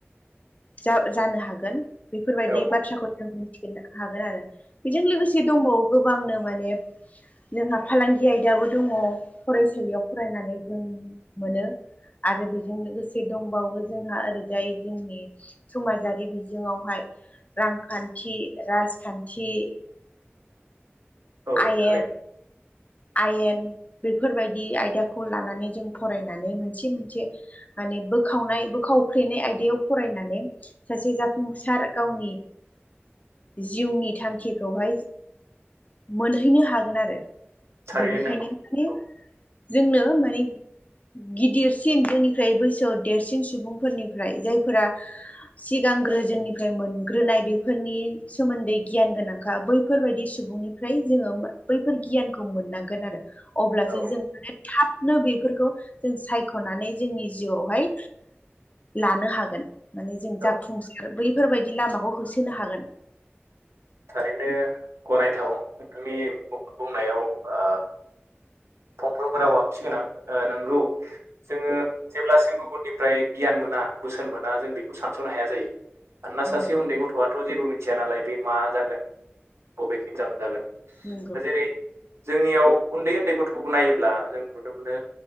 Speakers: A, on the left; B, on the right.
A: जा जानो हागोन बेफोरबायदि
B: औ
A: बाथ्राखौ फिनो हागोन आरो बेजों लोगोसे दंबावो गोबांनो माने जोंहा फालांगि आयदाबो दङ फरायसालियाव फरायनानै जों मोनो आरो बेजों लोगोसे दंबावो जोंहा ओरैजाय जोंनि समाजारि बिजोङावहाय खान्थि राजखान्थि
B: औ
A: आयेन
B: थारै।
A: आयेन बेफोरबायदि आयदाखौ लानानै जों फरायनानै मोनसे मोनसे माने बोखावनाय बोखावफ्लेनाय आयदायाव फरायनानै सासे जाफुंसार गावनि जिउनि थांखिखौहाय मोनहैनो हागोन आरो
B: थारैनो
A: बेनिखायनो
B: नोंगौ
A: माने जोंनो माने गिदिरसिन जोंनिफ्राय बैसोआव देरसिन सुबुंफोरनिफ्राय जायफोरा सिगांग्रो जोंनिफ्राय मोनग्रोनाय बेफोरनि सोमोन्दै गियान गोनांखा बैफोरबायदि सुबुंनि फ्राय जोङो मा बैफोर गियानखौ मोननांगोन आरो अब्लासो
B: औ
A: जों माने थाब नो बेफोरखौ जों सायख'नानै जोंनि जिउआवहाय लानो हागोन माने जों जाफुंसार
B: औ
A: बैफोरबायदि लामाखौ होसोनो हागोन
B: थारैनो गनायथाव नोंथांनि बुं बुंनायाव ओ फंफ्रोमबो राव आ थिगोनां ओ नोंगौ जोङो जेब्लासिम गुबुननिफ्राय गियान मोना बोसोन मोना जों बेखौ सानस'नो हाया जायो। मानोना
A: नंगौ
B: सासे उन्दै गथ'आथ' जेबो मिथिया नालाय बे मा जागोन बबेखिजां जागोन
A: नोंगौ।
B: दा जेरै जोंनियाव उन्दै उन्दै गथ'फोरखौ नायोब्ला जों नुनो मोनो